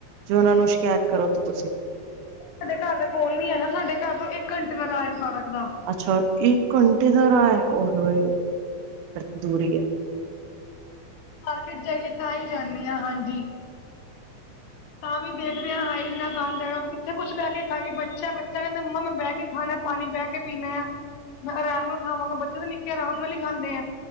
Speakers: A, on the right; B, on the left.
A: ਜੋੇ ਉਹਨਾਂ ਨੂੰ ਸ਼ਿਕਾਇਤ ਕਰੋ ਤੇ ਤੁਸੀਂ।
B: ਸਾਡੇ ਘਰ ਦੇ ਕੋਲ ਨੀ ਹੈ ਨਾ ਸਾਡੇ ਘਰ ਤੋਂ ਇੱਕ ਘੰਟੇ ਦਾ ਰਾਹ ਏ ਪਾਰਕ। ਦਾ।
A: ਅੱਛਾ, ਇੱਕ ਘੰਟੇ ਦਾ ਰਾਹ ਐ ਉਹ ਹੋ। ਫੇਰ ਤੇ ਦੂਰ ਈ ਐ।
B: ਮਾਰਕਿਟ ਜਾਈਏ ਤਾਂ ਹੀ ਜਾਂਨੀ ਹਾ, ਹਾਂਜੀ। ਤਾਂ ਵੀ ਦੇਖਦੇ ਹਾਂ ਹਾਂਏ ਇੰਨਾ ਗੰਦ ਹੈਗਾ ਹੁਣ ਕਿੱਥੇ ਕੁੱਛ ਬਹਿ ਕੇ ਖਾਈਏ। ਬੱਚਾ, ਬੱਚਾ ਕਹਿੰਦੇ ਮੰਮਾ ਮੈਂ ਬਹਿ ਕੇ ਖਾਣਾ ਪਾਣੀ ਪਾਣੀ ਬਹਿ ਕੇ ਪੀਣਾ। ਮੈਂ ਆਰਾਮ ਨਾਲ ਖਾਵਾਂਗਾ ਬੱਚੇ ਤਾਂ ਨਿੱਕੇ ਆਰਾਮ ਨਾਲ ਹੀ ਖਾਂਦੇ ਐ।